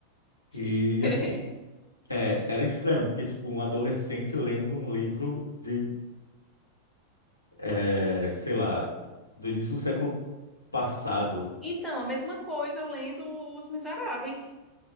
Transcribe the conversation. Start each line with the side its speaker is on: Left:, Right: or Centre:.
Centre: <laughs>
Left: E assim, é, era estranho, porque tipo, um adolescente lendo um livro de, é, sei lá, do início do século passado.
Centre: Então, a mesma coisa eu lendo Os Miseráveis.